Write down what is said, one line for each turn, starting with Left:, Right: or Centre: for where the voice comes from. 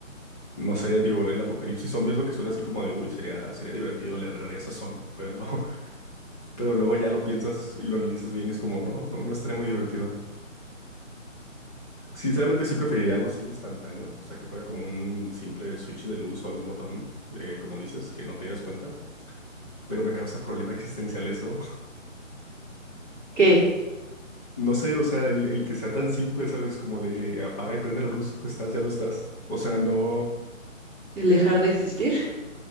Left: no sé, digo, el apocalipsis zombie es lo que suena así como de, uy, sería, sería divertido, le agregaría sazón, pero, <laughs> pero luego ya lo piensas y lo analizas bien y es como, no, no, no estaría muy divertido. Sinceramente sí preferiría algo así instantáneo, o sea, que fuera como un simple switch de luz o algún botón, eh, como dices, que no te dieras cuenta, pero me causa problema existencial eso. <laughs>
Centre: ¿Qué?
Left: No sé, o sea, el, el que sea tan simple, ¿sabes? Como de apaga y prende la luz, estás, ya no estás. O sea, no,
Centre: ¿El dejar de existir?